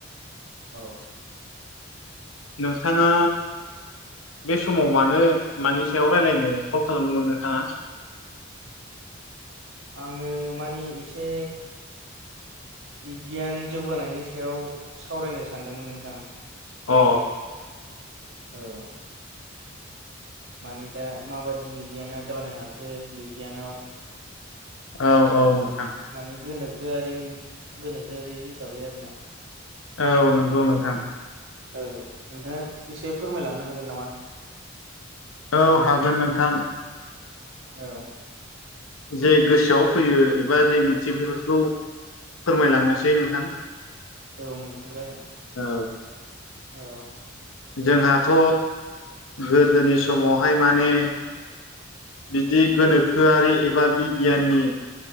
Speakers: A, on the right; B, on the left.
A: औ
B: नोंथाङा बे समाव मानो मानि सायाव रायलायनो कल खालामदोंमोन नोंथाङा
A: आङो मानि एसे बिगियान जौगानायनि सायाव सावरायनो सानदोंमोन नोंथां
B: अ
A: औ मानि दा माबादि बिगियाना जानो हाखो बिगियानाव
B: औ औ औ नोंथां
A: माने गोनोखोआरि गोनोखोआरि हिसाबै आरो ना
B: औ नंगौ नोंथां
A: औ नोंथाङा एसे फोरमायलांनो हागोन नामा
B: औ हागोन नोंथां
A: औ
B: जे गोसोआव फैयो एबा जे मिथियो बेफोरखौ फोरमायलांनोसै नोंथां
A: औ नोंथां जागोन
B: औ
A: औ
B: जोंहाथ' गोदोनि समावहाय माने बिदि गोनोखोआरि एबा बिगियाननि